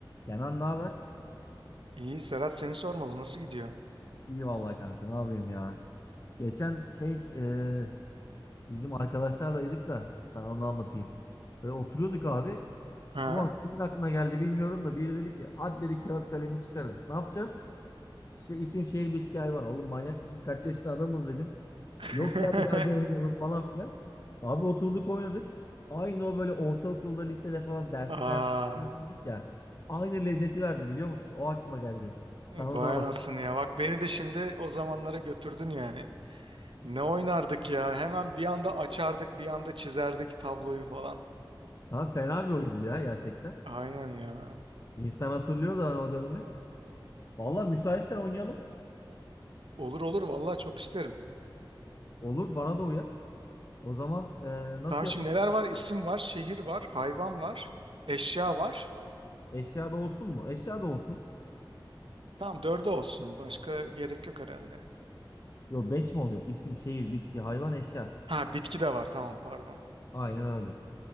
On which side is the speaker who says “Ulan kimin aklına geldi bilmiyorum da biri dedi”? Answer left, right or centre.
Left